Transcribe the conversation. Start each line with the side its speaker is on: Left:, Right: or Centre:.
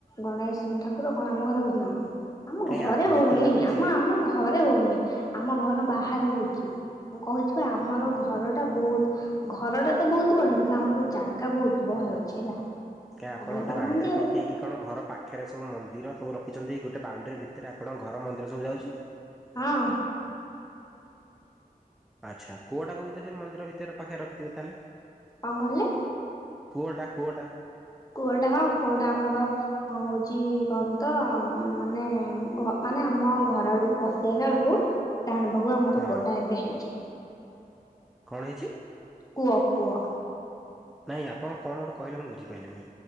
Left: ଗଣେଶ ଠାକୁର କଣ ଆମ ଘରେ ହଉଛି ନା କଣ। ଆମ
Centre: କାହିଁ
Left: ଘରେ ହଉନି
Centre: ମତେ ଲାଗୁଛି
Left: ଆମ ଆମ ଘ ଘରେ ହଉନି ଆମ ଘର ବାହାରେ ହଉଚି ମୁଁ କହୁଚିବା ଆମର ଘର ଟା ବହୁତ ଘରଟା ତ ବହୁତ ବଡ କିନ୍ତୁ ଆମର ଜାଗା ବହୁତ ବହେ ଅଛି ହେଲା।
Centre: କିଆଁ ଆପଣ
Left: ଜାଣିପାରୁନାହାନ୍ତି
Centre: ଗୋଟେ ବାଉଣ୍ଡରୀ
Left: ଆଉ
Centre: ପକେଇକି। କଣ ଘର ପାଖେରେ ସବୁ ମନ୍ଦିର ସବୁ ରଖିଛନ୍ତି ଗୋଟେ ବାଉଣ୍ଡରୀ ଭିତରେ ଆପଣଙ୍କ ଘର ମନ୍ଦିର ସବୁ ଯାଉଚି।
Left: ହଁ।
Centre: ଆଚ୍ଛା କୋଅ ଟାକୁ ବି ତ ସେ ମନ୍ଦିର ଭିତରେ ପାଖରେ ରଖିଥିବେ ତାହେଲେ।
Left: କଣ କହିଲେ?
Centre: କୂଅଟା କୂଅଟା।
Left: କୁଅଟା ହଁ କୂଅଟା ଆମର। ହଁ ହଉଛି କଣ ତ ମାନେ ମାନେ ଆମ ଘର ଆଡକୁ ପ ସେଇଁଲା ବେଳକୁ ଡାହାଣ ପାଖକୁ ଆମର
Centre: ହଁ
Left: କୂଅଟା ଏବେ ହେଇଛି।
Centre: କଣ ହେଇଛି?
Left: କୁଅ କୁଅ।
Centre: ନାଇଁ ଆପଣ କଣ ଗୋଟେ କହିଲେ ମୁଁ ବୁଝିପାରିଲିନି।